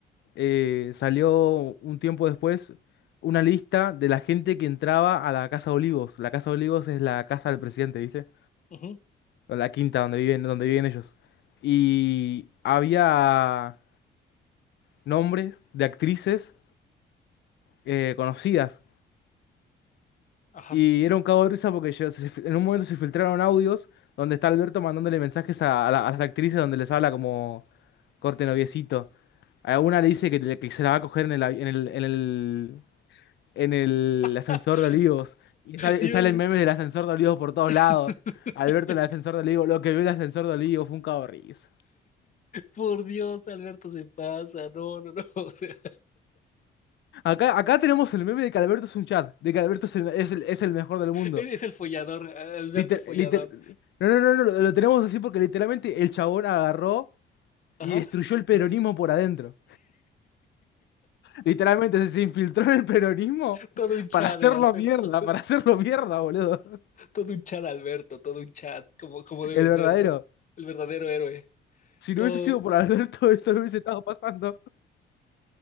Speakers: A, on the left (about 65°); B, on the left (about 40°).
A: eh, salió un tiempo después una lista de la gente que entraba a la Casa Olivos. La Casa Olivos es la casa del presidente, ¿viste?
B: Ujú,
A: o la quinta donde viven, donde viven ellos. Y había nombres de actrices eh, conocidas.
B: ajá.
A: Y era un cago de risa porque yo- se- en un momento se filtraron audios donde está Alberto mandándole mensajes a, a la- a las actrices donde les habla como corte noviecito. A una le dice que, le- que se la va a coger en el, avi- en el, en el, en el
B: <laughs>
A: ascensor de Olivos. Y sale,
B: Dios,
A: y salen memes del ascensor de Olivos por todos
B: <laughs>
A: lados. Alberto en el ascensor de Olivos, lo que vio el ascensor de Olivos fue un cago de risa.
B: por Dios, Alberto se pasa, no, no, no, <laughs> o sea,
A: Acá, acá tenemos el meme de que Alberto es un chat, de que Alberto es el, es el- es el mejor del mundo.
B: es, es el follador, Alberto
A: Liter-
B: el follador,
A: liter- no, no, no, no, lo, lo tenemos así porque literalmente el chabón agarró
B: ajá,
A: y destruyó el peronismo por adentro. Literalmente se, se infiltró en el peronismo
B: todo un chat
A: para hacerlo
B: el Alberto,
A: mierda,
B: <laughs>
A: para hacerlo mierda, boludo.
B: todo un chat Alberto, todo un chat, como, como debe
A: El verdadero.
B: ser, ¿no? El verdadero héroe.
A: Si no
B: No,
A: hubiese sido por Alberto, <laughs> esto no hubiese estado pasando.